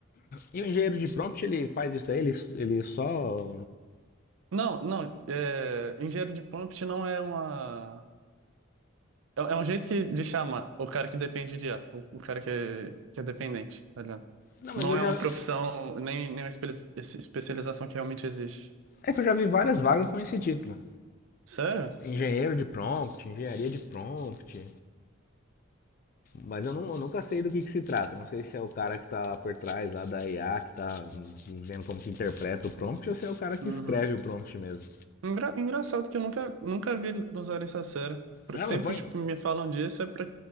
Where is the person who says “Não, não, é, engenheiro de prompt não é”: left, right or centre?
Right